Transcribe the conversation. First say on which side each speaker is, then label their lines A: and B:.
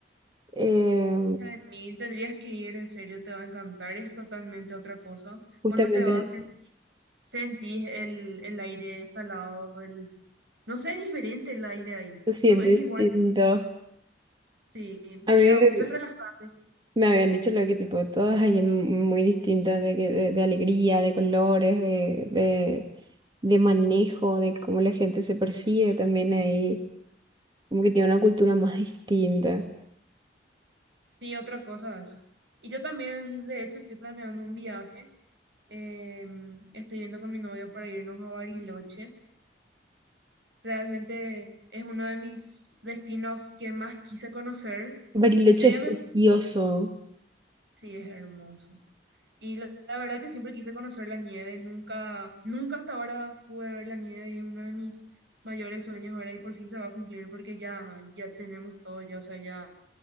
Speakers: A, on the right; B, on the right.
A: Eh,
B: Jaimil, tendrías que ir, en serio, te va a encantar, es totalmente otra cosa.
A: justamente
B: Cuando te vas, sentís, sentís el, el aire salado del... No sé, es diferente el aire ahí,
A: se siente
B: no es igual
A: distinto.
B: que... Sí,
A: A
B: y
A: mí
B: da
A: me
B: gusto, es relajante,
A: me habían dicho lo que tipo, todas allá muy distintas de, que- de, de alegría, de colores, de, de, de manejo, de cómo la gente se percibe también ahí. Como que tiene una cultura más distinta.
B: sí, otra cosa es. Y yo también, de hecho, estoy planeando un viaje, em, estoy viendo con mi novio para irnos a Bariloche. Realmente es uno de mis destinos que más quise conocer.
A: Bariloche
B: Yo ya
A: es
B: me fui,
A: precioso.
B: sí, es hermoso. Y la, la verdad que siempre quise conocer la nieve, nunca, nunca hasta ahora pude ver la nieve y es uno de mis mayores sueños ahora y por fin se va a cumplir porque ya, ya tenemos todo, ya, o sea, ya,